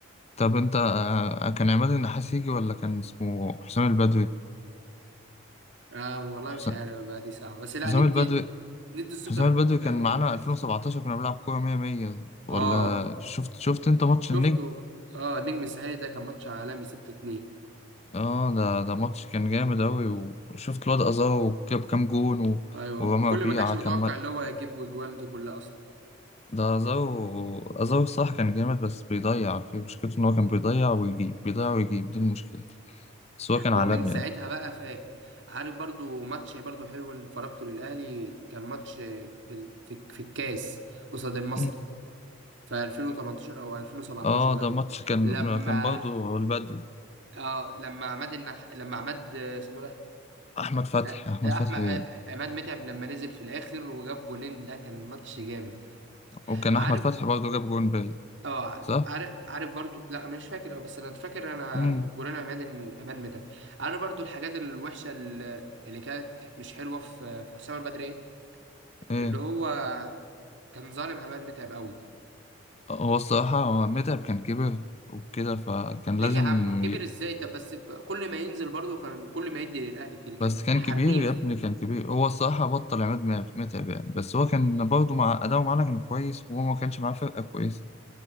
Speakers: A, on the left; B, on the right.
A: طب انت آه، كان عماد النحاس يجي ولا كان اسمه حسام البدوي
B: آه والله
A: حسام
B: مش عارف بقى دي صعبة بس لا
A: حسام
B: ندي
A: البدوي
B: ندي الثقة
A: حسام
B: لح-
A: البدوي كان
B: لعماد
A: معانا
B: النحاس
A: 2017 كنا بنلعب كورة 100 100 ولا
B: اه
A: شفت شفت انت ماتش
B: شفته
A: النجم
B: اه نجم الساحلي ده كان ماتش عالمي 6-2
A: اه ده ده ماتش كان جامد أوي وشفت الواد أزارو جاب كام جون و...
B: ايوه
A: ورامي
B: كل
A: ربيعة
B: ما كانش متوقع
A: كان م-
B: اللي هو يجيب الاجوال دي كلها اصلا
A: ده أزارو أزارو صح كان جامد بس بيضيع على فكرة مشكلته إن هو كان بيضيع ويجيب بيضيع ويجيب دي المشكلة بس هو كان عالمي
B: هو من ساعتها
A: يعني
B: بقى فاق عارف برضو ماتش برضو حلو اللي فرجته للأهلي كان ماتش في ال- في, في الكاس قصاد المصري
A: مم.
B: في 2018 او 2017
A: اه
B: لما
A: ده ماتش كان
B: لما
A: كان برضه البدو
B: اه لما عماد النح لما عماد آه، اسمه ده
A: احمد فتحي
B: آه،
A: احمد
B: آه،
A: فتحي
B: احمد آه، آه، عماد متعب لما نزل في الاخر وجاب جونين ده كان ماتش جامد
A: وكان
B: عارف
A: احمد فتحي برضه جاب جون باي
B: اه
A: صح
B: عارف عارف برضو لا مش فاكر أوي، بس انا فاكر انا
A: امم
B: جولان عماد ان امان متعب عارف برضو الحاجات الوحشه اللي اللي كانت مش حلوه في في حسام البدري إيه؟
A: ايه
B: اللي هو كان ظالم عماد متعب قوي
A: هو الصراحه هو متعب كان كبر وكده فكان
B: ليه
A: لازم
B: يا عم كبر
A: ي...
B: ازاي طب بس ب- كل ما ينزل برضو كان كل ما يدي للاهلي كده كان
A: بس كان
B: حريف
A: كبير يا ابني كان كبير هو الصراحه بطل عماد مت- متعب يعني بس هو كان برضه مع اداؤه معانا كان كويس وهو ما كانش معاه فرقه كويسه